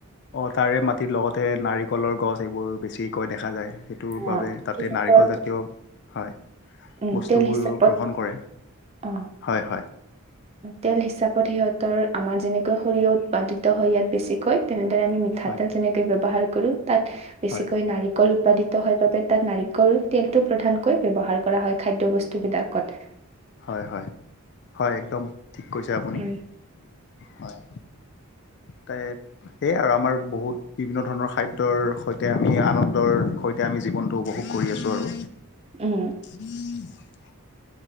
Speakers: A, on the left; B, on the right.
A: অ তাৰে মাটিত লগতে নাৰিকলৰ গছ সেইবোৰ বেছিকৈ দেখা যায় সেইটোৰ
B: উম,
A: বাবে তাতে নাৰিকল
B: অ'
A: জাতীয় হয়
B: উম
A: বস্তুবোৰ
B: তেল হিচাপত
A: গ্ৰহণ কৰে
B: অ
A: হয় হয়
B: তেল হিচাপত সিহঁতৰ আমাৰ যেনেকৈ সৰিয়হ উৎপাদিত হয় ইয়াত বেছিকৈ তেনেদৰে আমি মিঠাতেল
A: হয়
B: তেনেকৈ ব্যৱহাৰ কৰোঁ তাত বেছিকৈ
A: হয়
B: নাৰিকল উৎপাদিত হয় তাত নাৰিকল তেলটো প্ৰধানকৈ ব্যয়ৱহাৰ কৰা হয় খাদ্য় বস্তু বিলাকত
A: হয় হয় হয় একদম ঠিক কৈছে আপুনি
B: উম
A: হয় ত সেয়ে আৰু আমাৰ বহুত বিভিন্ন ধৰণৰ খাদ্যৰ সৈতে আমি আনন্দৰ সৈতে এতিয়া আমি জীৱনটো উপভোগ কৰি আছোঁ আৰু
B: উম
A: উম